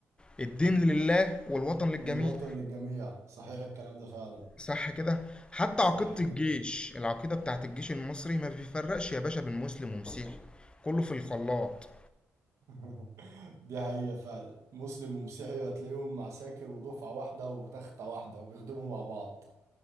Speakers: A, on the left; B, on the right.
A: الدين لله والوطن للجميع
B: والوطن للجميع صحيح الكلام ده فعلا
A: صح كده حتى
B: صح
A: عقيده
B: كده
A: الجيش العقيده بتاعت الجيش المصري ما بيفرقش يا باشا بين مسلم ومسيحي كله في الخلاط
B: <laughs> دي حقيقة فعلا مسلم ومسيحي هتلاقيهم عساكر ودفعة واحدة وتختة واحدة وبيخدموا مع بعض